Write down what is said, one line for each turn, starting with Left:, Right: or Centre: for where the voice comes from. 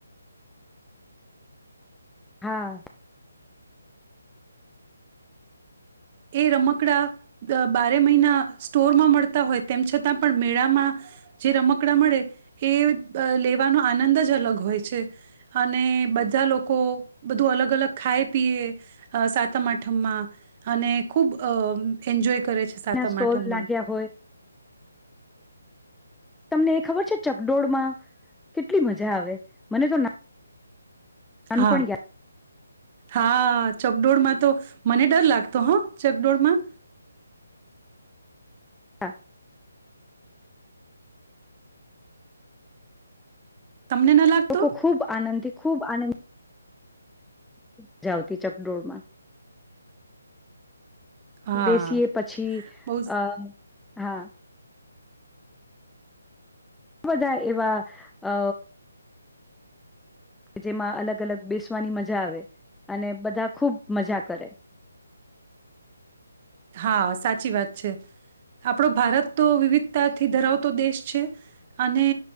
Centre: હા
Right: એ રમકડા બારે મહિના સ્ટોરમાં મળતા હોય તેમ છતાં પણ મેળામાં જે રમકડાં મળે એ લેવાનો આનંદ જ અલગ હોય છે અને બધા લોકો બધું અલગ અલગ ખાય પીએ સાતમ આઠમમાં અને ખૂબ અ એન્જોય કરે છે સાતમ
Centre: ના સ્ટોલ
Right: આઠમમાં
Centre: લાગ્યા હોય તમને એ ખબર છે ચકડોળમાં કેટલી મજા આવે મને તો ના નાનપણ
Right: હા
Centre: યા
Right: હા ચકડોળમાં તો મને ડર લાગતો હ ચકડોળમાં
Centre: હા
Right: તમને ન લાગતો?
Centre: લોકો ખુબ આનંદિત ખૂબ આનંદ મજા આવતી ચકડોળમાં
Right: હા,
Centre: બેસીએ પછી
Right: બહુ સ
Centre: અ હા બધાં એવા અ કે જેમાં અલગ અલગ બેસવાની મજા આવે અને બધાં ખૂબ મજા કરે
Right: હા સાચી વાત છે. આપણો ભારત તો વિવિધતાથી ધરાવતો દેશ છે. અને